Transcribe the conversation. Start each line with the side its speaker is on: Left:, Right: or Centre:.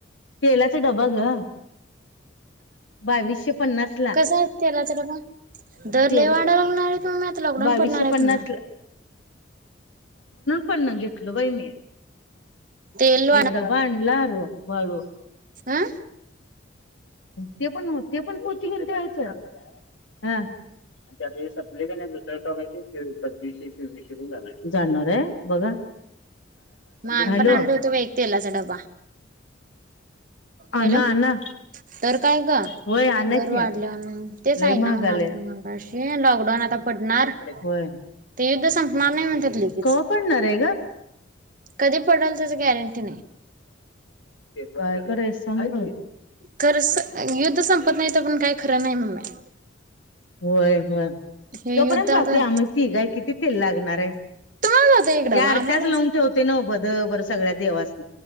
Left: तेलाचा डबा ग बावीशे पन्नास ला
Right: कसं आहे तेला चा डबा दर
Left: तेरा
Right: लई वाडा लागणार आहे मग म्हणून आता लॉकडाऊन
Left: बावीसशे
Right: पडणार हाय
Left: पन्नास
Right: हॊ ना
Left: ला पन् घेतल बाई मी
Right: तेल
Left: एकदा डबा आणला रू बाळू
Right: हा
Left: ते पण ओ ते पण पोती घेऊन ठेवायच हा ते कानी दुसरा स्टॉक आहे ते पंछीवीशे चोवीसशे पर्यंत जाणार आहे जाणार आहे बघा
Right: मग आम्ही
Left: हॅलो
Right: पण आणून ठेवतो बाई तेलाचा डबा
Left: आणा
Right: हॅलो
Left: आणा
Right: तर काय ग
Left: होय आणा
Right: दर
Left: की
Right: वाढल्या म्हूणन तेच
Left: लय
Right: आईना
Left: महागालय
Right: ना म्हणलतो म्हूणन अशी लॉकडाऊन आता पडणार
Left: होय
Right: ते युद्ध संपणार नाही म्हणतात लगेच
Left: कवा पडणार आहे ग
Right: कधी पडल त्याच गॅरंटी नाही
Left: काय करायच सांग बघ
Right: खरच युद्ध संपत नाही तर पण काय खरं नाही मम्मे
Left: होय होय
Right: हे
Left: तोपर्यंत
Right: युद्ध आता
Left: जातय मग आम्ही तिघ हाय किती तेल लागणार हाय
Right: तुम्हाला होतं एक डबा
Left: हे आरत्याच
Right: आम्हालाच
Left: लावून ठेवतोय नव भद बर सगळ्या देवास नी